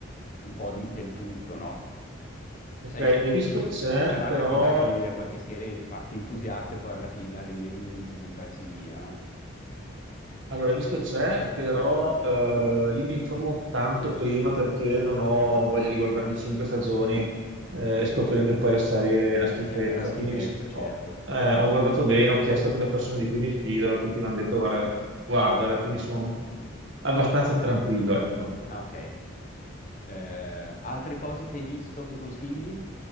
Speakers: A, on the left; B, on the right.
A: un po' di- del tutto, no?
B: Ok,
A: Sai, ci,
B: il rischio
A: ci-
B: c'è,
A: ti sarà
B: però
A: capitato di vedere qualche serie, parti entusiasta e poi alla fine arrivi e "Mm, si sono persi via, no?
B: Allora, il rischio c'è, però eh, io mi informo tanto prima perché non ho voglia di guardarmi cinque stagioni eh, e scoprire che poi la serie è una schifezza.
A: Cioè, è la schifezza,
B: Quindi mi s-
A: certo.
B: ho, eh, ho guardato bene, ho chiesto a alcune persone di cui mi fido, tutti mi hanno detto guarda, guardala, quindi sono abbastanza tranquillo, ecco.
A: Ah, ok. Eh, altre cose che hai visto che consigli?